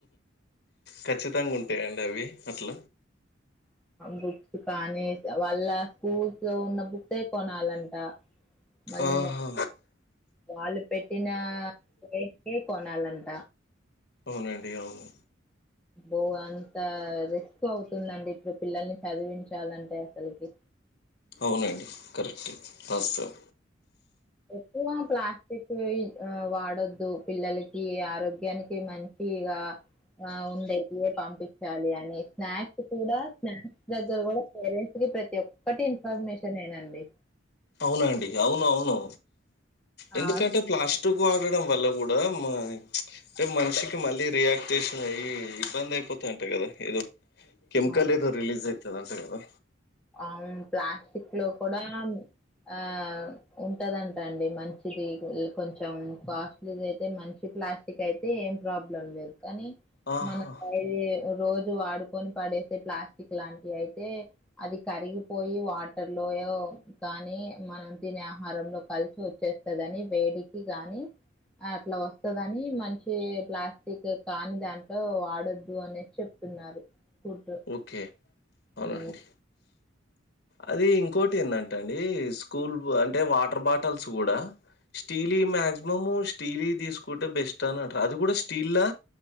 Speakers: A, on the left (about 55°); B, in the centre.
A: ఖచ్చితంగ ఉంటయండి అవి అట్ల
B: బుక్స్ కానీ వాళ్ళ స్కూల్స్లో ఉన్న బుక్సే కొనాలంట. మళ్ళీ
A: ఆహా
B: వ వాళ్ళు పెట్టినా రేట్కె కొనాలంట.
A: అవునండి అవును.
B: బో అంత రిస్క్ అవుతుందండి ఇప్పుడు పిల్లల్ని చదివించాలంటే అసల్కి
A: అవునండి కరెక్టే రాస్తాం.
B: ఎక్కువ ప్లాస్టిక్ ఇ వాడద్దు పిల్లలకి ఆరోగ్యానికి మం ఈగా ఆ ఉండేదే పంపిచ్చాలి అని స్నాక్స్ కూడా స్నాక్స్ దగ్గర కూడా పేరెంట్స్ కి ప్రతి ఒక్కటి ఇన్ఫర్మేషనే నండి.
A: అవునండి అవున్ అవును. ఎందుకంటే
B: ఆ
A: ప్లాస్టిక్ వాడడం వల్ల గుడా మా అంటే మనిషికి మళ్ళీ రియాక్ట్ క్టేషనై ఇబ్బందైపోత అంటా కదా ఏదో కెమికల్
B: అవును
A: ఏదో రిలీస్ అయి తదంట కదా
B: అవును ప్లాస్టిక్ లో కూడా ఆ ఉంటదంట అండి మంచిది కొంచం కాస్ట్లీది అయితే మంచి ప్లాస్టిక్ అయితే ఏం ప్రాబ్లం లేదు కనీ
A: ఆహా
B: మనకయ్యో రోజ్ జు వాడుకొని పడేసే ప్లాస్టిక్ లాంటి అయితే అది కరిగిపోయి వాటర్ లోయో కానీ మనం తినే ఆహారంలో కలిసి వచ్చేస్ స్తదని వేడికి గాని అట్ల వస్తదని మంచి ఏ ప్లాస్టిక్ కానీ దాంట్లో వాడొద్దు అనేస్ చెప్తున్నారు. ఫుడ్
A: ఓకే అవునండి
B: హ్మ్.
A: అది ఇంకోటి ఏందంటె అండి స్కూల్ అంటే వాటర్ బాటల్స్ కూడా స్టీల్ మాక్సిమము స్టీలి తీసుకుంటే బెస్ట్ అని అంటారు అది కూడా స్టీల్లా